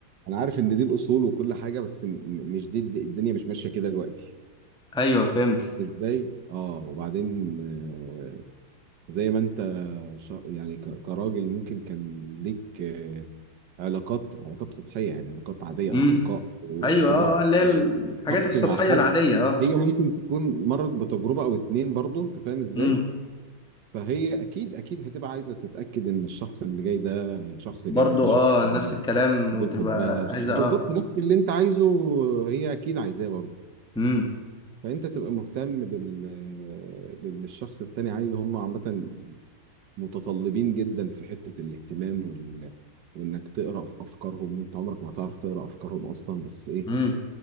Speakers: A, on the right; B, in the centre.
A: انا عارف ان دي الاصول وكل حاجه بس م- مش دي الد- الدنيا مش ماشيه كده دلوقتي
B: ايوه فهمت
A: ازاي اه وبعدين آه، زي ما انت ش- يعني ك- كراجل ممكن كان ليك آه، علاقات علاقات سطحيه يعني علاقات عاديه
B: امم
A: اصدقاء وارتباط
B: ايوه اه آه، اللي هي الحاجات
A: آه، شخصي
B: السطحية
A: مع حد
B: العادية اه
A: هي ممكن تكون مرت بتجربه او اتنين برضه انت فاهم ازاي
B: امم
A: فهي اكيد اكيد هتبقى عايزه تتاكد ان الشخص اللي جاي ده شخص
B: برضو
A: جد شخص
B: اه نفس الكلام
A: بيحبها
B: وتبقى عايزة
A: بالظبط
B: اه
A: نفس اللي انت عايزه هي اكيد عايزاه برضه
B: امم
A: فانت تبقى مهتم بال باللي الشخص التاني عايزه هم عامه متطلبين جدا في حته الاهتمام وال... وانك تقرا في افكارهم انت عمرك ما هتعرف تقرا افكارهم اصلا بس ايه
B: امم